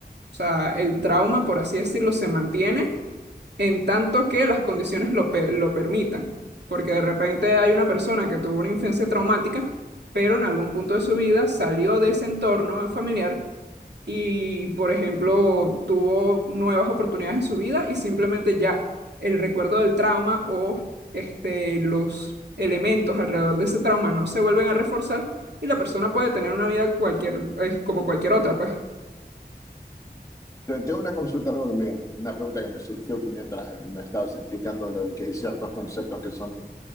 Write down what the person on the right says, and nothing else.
o sea, el trauma, por así decirlo, se mantiene en tanto que las condiciones lo, pe- lo permitan. Porque de repente hay una persona que tuvo una infancia traumática, pero en algún punto de su vida salió de ese entorno familiar y, por ejemplo, tuvo nuevas oportunidades en su vida y simplemente ya el recuerdo del trauma o este, los elementos alrededor de ese trauma no se vuelven a reforzar y la persona puede tener una vida cualquier, eh, como cualquier otra, pues.